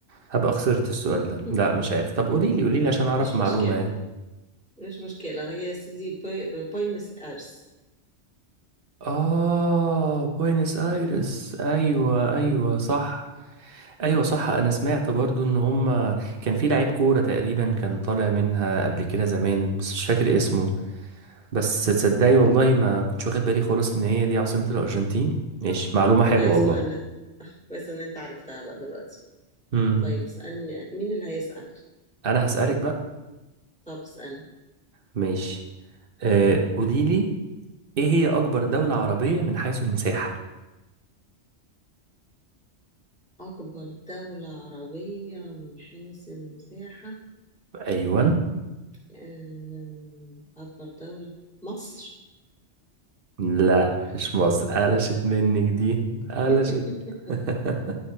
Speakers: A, on the right; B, in the centre.
A: هبقى خسرت السؤال
B: <laughs>
A: ده لأ مش عارف طب قوليلي قوليلي عشان أعرف
B: مش
A: معلومة
B: مشكلة
A: يعني
B: مش مشكلة هي سيدي بوي... بوينس ايرس
A: آه بوينس آيرس أيوة أيوة
B: مم.
A: صح أيوة صح أنا سمعت برضو إن هما كان في لعيب كورة تقريبا كان طالع منها قبل كده زمان بس مش فاكر اسمه بس تصدقي والله ما كنتش واخد بالي خالص إن هي دي عاصمة الأرجنتين ماشي
B: طب
A: معلومة حلوة
B: كويس
A: والله
B: بقى انا كويس ان انت عرفتها بقى دلوقتي
A: مم.
B: طيب اسألني مين اللي هيسأل
A: أنا هسألك بقى
B: طب اسألني
A: ماشي آه قوليلي إيه هي أكبر دولة عربية من حيث المساحة؟
B: أكبر دولة عربية من حيث المساحة
A: أيوة
B: آه، أكبر دولة مصر
A: لا مش مصر قلشت منك دي قلشت
B: <laughs>
A: <laughs>